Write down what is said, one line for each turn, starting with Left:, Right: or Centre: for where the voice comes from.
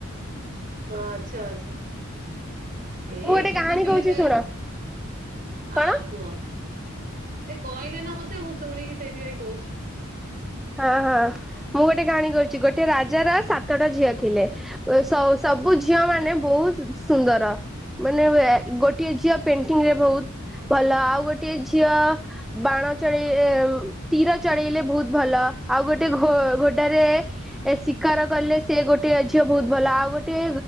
Right: ହଁ ଆଛା ଆଛା। ଏ
Centre: ମୁଁ ଗୋଟେ
Right: ଶୁଭୁ
Centre: କାହାଣୀ
Right: ଥିଲେ
Centre: କହୁଛି
Right: ସେ
Centre: ଶୁଣ କଣ
Right: ଆ କୁହ? ଏ କହିଲେ ନା ମତେ ମୁଁ ଶୁଣିକି ସେଇଥିପାଇଁ କହୁଛି।
Centre: ହଁ ହଁ ମୁଁ ଗୋଟେ କାହାଣୀ କରୁଚି। ଗୋଟେ ରାଜାର ସାତଟା ଝିଅ ଥିଲେ ସଉ ସବ ବୁ ଝିଅ ମାନେ ବହୁତ ସୁନ୍ଦର ମାନେ ଗୋଟିଏ ଝିଅ ପେଣ୍ଟିଂ ରେ ବହୁତ ଭଲ ଆଉ ଗୋଟେ ଝିଅ ବାଣ ଚଢେଇ ଏ ଉମ୍ମ ତୀର ଚଢେଇଲେ ବହୁତ ଭଲ ଆଉ ଗୋଟେ ଘୋ ଘୋଡାରେ ଶିକାର କଲେ ସେ ଗୋଟେ ଝିଅ ବହୁତ ଭଲ ଆଉ ଗୋଟେ